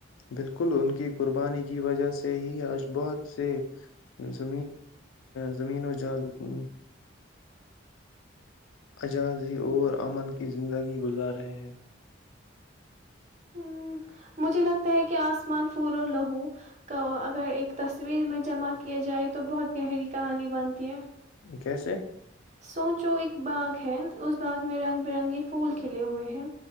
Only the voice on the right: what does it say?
ہ مجھے لگتا ہے کہ آسمان پھول اور لہو کا اگر ایک تصویر میں جمع کیا جائے تو بہت گہری کہانی بنتی ہے
سوچو ایک باغ ہے اس باغ میں رنگ برنگی پھول کھلے ہوئے ہیں